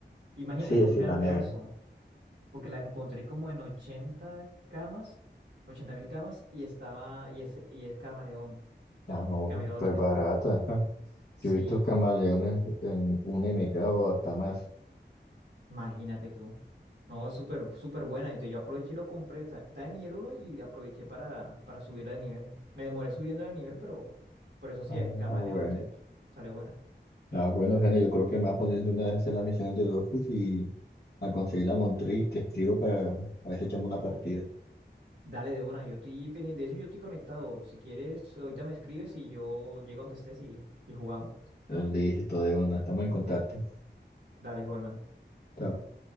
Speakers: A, on the right; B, on the left.
A: Imagínate,
B: Sí,
A: fue un
B: sí,
A: gangazo,
B: la negra.
A: porque la encontré como en 80 camas, 80 mil camas, y estaba, y es, y es camaleón,
B: Ah, no,
A: camerónica.
B: súper barata. ajá.
A: Sí,
B: Yo he visto camaleones en un MK o hasta más.
A: imagínate tú. No, es súper, súper buena. Entonces yo aproveché y lo compré. Está está en nivel uno y aproveché para, para subirla de nivel. Me demoré subiendo de nivel, pero por eso sí,
B: Ah,
A: es
B: bueno.
A: camaleón, entonces sale buena.
B: Ah, bueno, Gene, yo creo que me va a poner de una vez a hacer las misiones de Dofus y a conseguir la Montrey y te escribo para a ver si echamos una partida.
A: Dale de una, yo estoy pendiente de eso, yo estoy conectado. Si quieres, ahorita me escribes y yo llego donde estés y, y jugamos.
B: Listo, de una. Estamos en contacto.
A: Dale, Holman.
B: Chao.